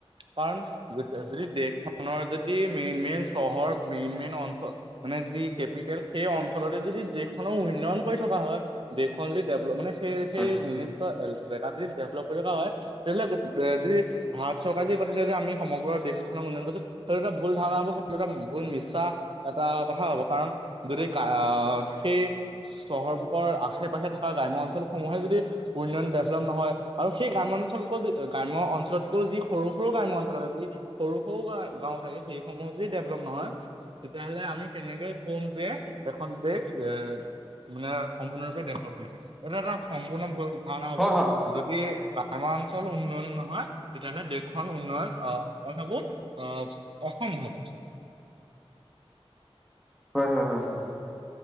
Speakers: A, on the right; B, in the centre.
A: কাৰণ যদি দেশ খনৰ যদি মেইন মেইন চহৰ মেইন মেইন অঞ্চল মানে যি কেপিটেল সেই অঞ্চলতে যদি দেশ খণ উন্নয়ন কৰি থকা হয় দেশখন যদি ডেভলপ মানে সেই সেই
B: হয় হয়
A: ই বে যদি ডেভেলপ কৰি ৰখা হয় তেনেহ'লে যি ভাৰত চৰকাৰ যি কথা যে আমি সমগ্ৰ দেশ খক উন্নয়ন কৰিছো সেইটো এটা ভুল ধাৰণা হ'ব সেইটো এটা ভুল মিছা এটা কথা হব কাৰণ যদি আহ সেই চহৰ বুকৰ আশে পাশে থকা গ্ৰাম্য অঞ্চলসমূহে যদি উন্নয়ন দেভলপ নহয় আৰু হেই গ্ৰাম্য অঞ্চল কৈ গ্ৰাম্য অঞ্চলতকৈও যি সৰু সৰু গ্ৰাম্য অঞ্চল আছে সৰু সৰু গা গাও থাকে সেইসমূহ যদি ডেভলপ নহয় তেতিয়াহ'লে আমি কেনেকৈ কম যে এখন দেশ এ মানে সম্পূৰ্ণৰূপে ডেভলপ হৈছে এইটো এটা সম্পূৰ্ণ ভ ভাওনা হব
B: হয় হয়
A: যদি আমাৰ অঞ্চল উন্নয়ন নহয় তেতিয়াহ'লে দেশখন উন্নয়ন আহ মই ভাবো আহ অসম হ'ব।
B: হয় হয় হয়।